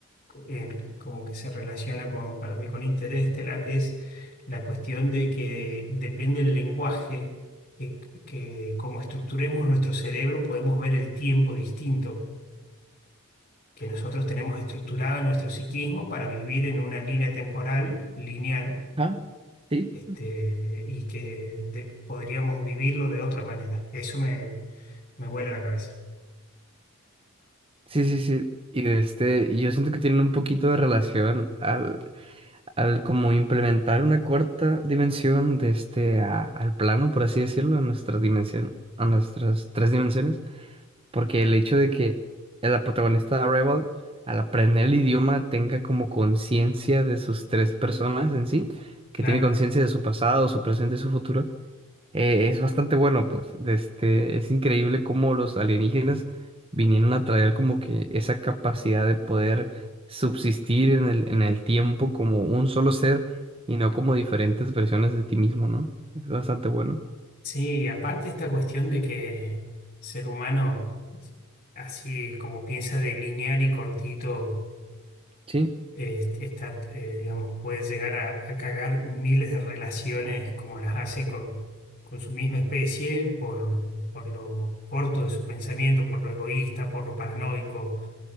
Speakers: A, on the left; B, on the right.
A: en- como que se relaciona con, para mí con interés estelar, es la cuestión de que depende el lenguaje, que, que como estructuremos nuestro cerebro podemos ver el tiempo distinto, que nosotros tenemos estructurada nuestro psiquismo para vivir en una línea temporal lineal,
B: Ajá, sí,
A: este, y que de- podríamos vivirlo de otra manera. Eso me, me vuela la cabeza.
B: sí, sí, sí. Y de este, y yo siento que tienen un poquito de relación al, al como implementar una cuarta dimensión de este a- al plano, por así decirlo, a nuestra dimensión, a nuestras tres dimensiones, porque el hecho de que la protagonista de Arrival, al aprender el idioma, tenga como conciencia de sus tres personas en sí, que
A: Claro.
B: tiene conciencia de su pasado, su presente y su futuro, eh, es bastante bueno, pues. de Este, es increíble cómo los alienígenas vinieron a traer como que esa capacidad de poder subsistir en el, en el tiempo como un solo ser y no como diferentes versiones de ti mismo, ¿no? Es bastante bueno.
A: Sí, y aparte esta cuestión de que el ser humano, así como piensa de lineal y cortito,
B: Sí,
A: eh, está, eh, digamos, puede llegar a, a cagar miles de relaciones como las hace con, con su misma especie por, por lo corto de su pensamiento, por lo egoísta, por lo paranoico,